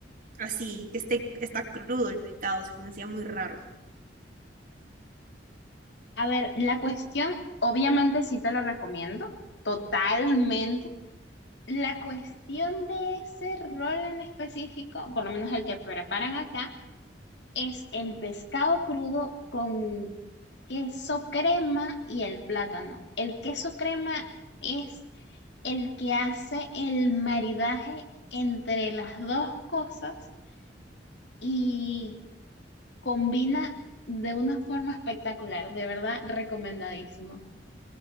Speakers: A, on the right (about 50°); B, on the left (about 75°).
A: así que esté, está crudo el pescado, se me hacía muy raro.
B: A ver, la cuestión, obviamente sí te lo recomiendo, totalmente. La cuestión de ese rol en específico, por lo menos el que preparan acá, es el pescado crudo con queso crema y el plátano. El queso crema es el que hace el maridaje entre las dos cosas y combina de una forma espectacular, de verdad recomendadísimo.